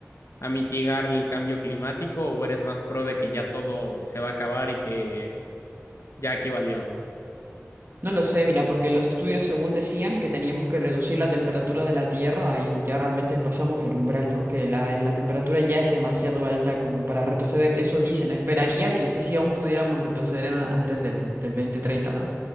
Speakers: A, on the left; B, on the right.
A: a mitigar el cambio climático o eres más pro de que ya todo se va a acabar y que ya aquí valió.
B: No lo sé, mira, porque los estudios según decían que teníamos que reducir la temperatura de la Tierra y ya realmente pasamos el umbral, ¿no? Que la, la temperatura ya es demasiado alta como para retroceder. Eso dicen, esperaría que, que sí aún pudiéramos retroceder a- antes del, del 2030, ¿no?